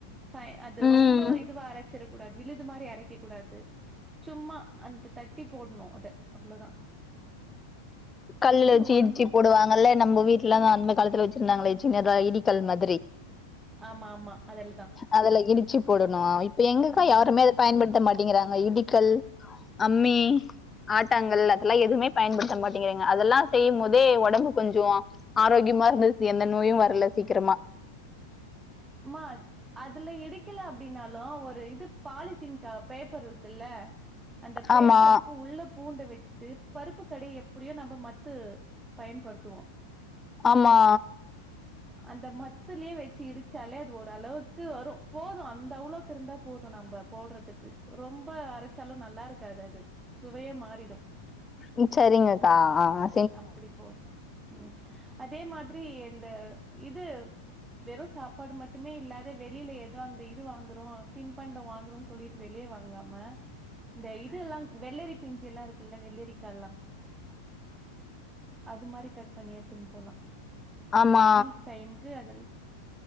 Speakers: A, on the right; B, on the left.
A: ஃப அது
B: ம்
A: ரொம்ப இதுவா அரைச்சிட கூடாது விழுதுமா மாரி அரைக்கக் கூடாது சும்மா அத தட்டி போடுணு அத அவ்ளதா
B: கல் வச்சி
A: ஒடம்புக்கு
B: இடிச்சு போடுவாங்கல்ல நம்ம வீட்டுலலா அந்த காலத்துல வச்சி இல்லங்கலா சின்னதா இடிக்கல் மாதிரி
A: ஆமா ஆமா அதெல்லதா
B: அதுல இடிச்சு போடணு இப்ப எங்கக்கா
A: ஆமா
B: யாருமே பயன்படுத்த மாட்டேங்கிறாங்க இடிக்கல் அம்மி ஆட்டாங்கள் அதெல்லா எதுமே பயன்படுத்த மாட்டேங்கறீங்க அதெல்லா செய்யும் போதே ஒடம்பு கொஞ்சோ ஆரோக்கியமா இருந்துச்சு எந்த நோயு வர்ல சீக்கிரமா
A: மா அதுல இடிக்கல அப்டின்னாலு ஒரு இது பாலித்தீன் க பேப்பர் இருக்குல்ல அந்த பேப்பருக்கு
B: ஆமா
A: உள்ள பூண்ட வெச்சுட்டு பருப்பு கடைய எப்பிடியு நம்ம மத்து பயன்படுத்துவோ
B: ஆமா
A: அந்த மத்துலயே வெச்சு ட்டு இடிச்சாலே அது ஓரளவுக்கு வரு போது அந்த அவ்ளோவுக்கு இருந்தா போது நம்ம போட்றதுக்கு ரொம்ப அரச்சாலு நல்லா இருக்காது அது சுவையே மாறிடு
B: ம் சரிங்கக்கா ஆ ஆ
A: அப்டி போடு ம் அதே மாதிரி இந்த இது வெறு சாப்பாடு மட்டுமே இல்லாது வெளியில ஏதோ அந்த இது வாங்குறோ தின்பண்டோ வாங்குறோ சொல்லிட்டு வெளிய வாங்காம இந்த இதுல்லா வெள்ளரி பிஞ்சில்லா இருக்குல்ல வெள்ளரிக்கால்லா அது மாரி கட் பண்ணி எடுத்துன்னு போலா இந்த
B: ஆமா
A: வெயில் டைம்கு அது